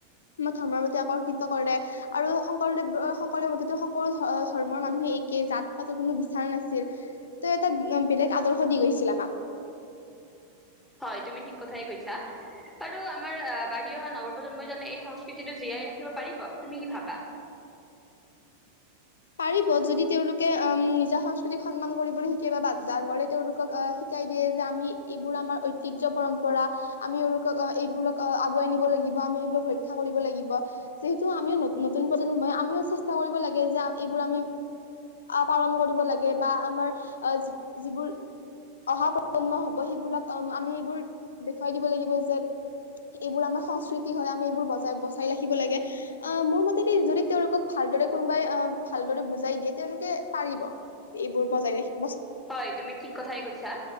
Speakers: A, on the left; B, in the centre.
A: আমাক ধৰ্মৰ প্ৰতি আকৰ্ষিত কৰে আৰু শংকৰদেৱ, শংকৰদেৱ হতেতো সকলো ধৰ্মৰ মানুহে একে জাত পাতো কোনো বিচাৰ নাছিল ত' এটা বেলেগ আদৰ্শ দি গৈছিল আমাক।
B: হয়, তুমি ঠিক কথাই কৈছা আৰু আমাৰ আহ, বাঢ়ি অহা নৱপ্ৰজন্মইজনে এই সংস্কৃতিটো জীয়াই ৰাখিব পাৰিব তুমি কি ভাবা?
A: পাৰিব যদি তেওঁলোকে অম, নিজা সংস্কৃতিক সন্মান কৰিবলে শিকে বা ডাঙৰে তেওঁলোকক আহ, শিকাই দিয়ে যে, আমি এইবোৰ আমাৰ ঐতিহ্যৰ পৰম্পৰা আমি এইলোকক, এইবোৰক আগুৱাই নিব লাগিব আমি এইবোৰক ৰক্ষা কৰিব লাগিব। যিহেতু আমিও নে নতুন প্ৰজন্মই আমিও চেষ্টা কৰিব লাগে যে, এইবোৰ আমি, পালন কৰিব লাগে বা আমাৰ, আহ, যিবোৰ অহা প্ৰজন্ম হব সেইবোৰক আমি এইবোৰ দেখুৱাই দিব লাগিব যে, এইবোৰ আমাৰ সংস্কৃতি হয়। আমি এইবোৰ বজাই, বচাই, ৰাখিব লাগে আহ, মোৰ মতেদি যদি তেওঁলোকক ভালদৰে কোনোবাই আহ, ভালদৰে বুজাই দিয়ে তেওঁলোকে পাৰিব, এইবোৰ বজাই ৰাখিব।
B: হয়, তুমি ঠিক কথাই কৈছা